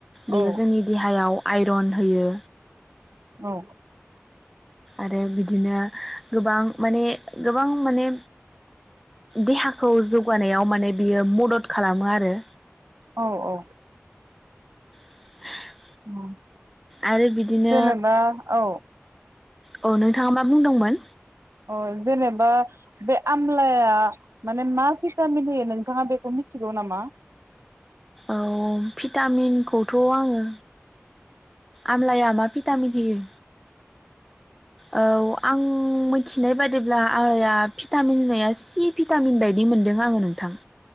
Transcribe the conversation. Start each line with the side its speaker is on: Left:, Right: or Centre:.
Centre: बेयो
Right: औ
Centre: जोंनि देहायाव आइरन होयो
Right: औ
Centre: आरो बिदिनो गोबां माने गोबां माने देहाखौ जौगानायाव माने बियो मदद खालामो आरो
Right: औ औ
Centre: <inaudible>
Right: <inaudible>
Centre: आरो बिदिनो
Right: जेनेबा औ
Centre: औ नोंथाङा मा बुंदोंमोन
Right: औ अ जेनेबा बे आमलाया माने मा भिटामिन होयो नोंथाङा बेखौ मिथिगौ नामा
Centre: औ भिटामिनखौथ' आङो आमलाया मा भिटामिन होयो औ आं मिथिनाय बादिब्ला आंया भिटामिन होननाया सि भिटामिन बायदि मोनदों आङो नोंथां